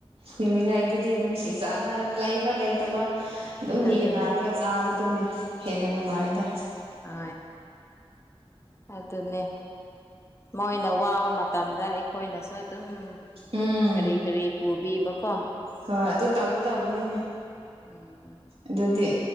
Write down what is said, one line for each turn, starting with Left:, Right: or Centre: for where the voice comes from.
Right: ꯅꯤꯡꯂꯤꯉꯩꯗꯨꯗꯤ ꯅꯨꯡꯁꯤ ꯆꯥꯟꯅ ꯂꯩꯕ ꯂꯩꯇꯕ ꯑꯗꯨꯝ
Left: ꯑꯗꯨꯅꯦ
Right: ꯌꯦꯟꯅꯔꯒ ꯆꯥꯕꯗꯨꯅꯦ ꯍꯦꯟꯅ ꯅꯨꯡꯉꯥꯏꯗ
Left: ꯍ ꯑꯗꯨ ꯑꯗꯨꯟꯅꯦ ꯃꯣꯏꯅ ꯋꯥꯕ ꯃꯇꯝꯗ ꯑꯩꯈꯣꯏꯅꯁꯨ ꯑꯗꯨꯝ
Right: ꯎꯝ
Left: ꯀꯔꯤ ꯀꯔꯤ ꯄꯨꯕꯤꯕꯀꯣ
Right: ꯍꯣꯏ ꯑꯗꯨ ꯇꯧꯒꯗꯧꯕꯅꯤꯅꯦ
Left: ꯎꯝ
Right: ꯑꯗꯨꯗꯤ